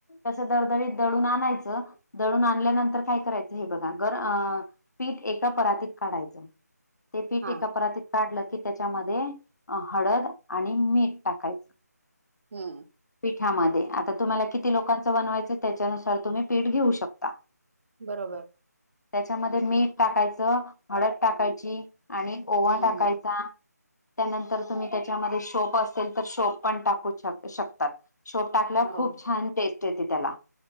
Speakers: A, on the left; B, on the right.
A: तस दडदडीत दडून आणायचं दडून आणल्यानंतर काय करायचं हे बघा ग. पीठ एका परातत काढा ते पीठ
B: हा
A: एका परात काढलं की त्याच्यामध्ये हळद आणि मीठ टाकायचं.
B: हम्म.
A: पीठामध्ये आता तुम्हाला किती लोकांचं बनवायचं, त्याच्यानुसार तुम्ही पीठ घेऊ शकता.
B: बरोबर.
A: त्याच्यामध्ये मीठ टाकायचं, हळद टाकायची, आणि ओवा
B: हम्म
A: टाकायचा. त्यानंतर तुम्ही त्याच्यामध्ये शोप असेल तर शोप पण टाकू श शकतात. शोप टाकल्यावर
B: हो.
A: खूप छान टेस्ट येते त्याला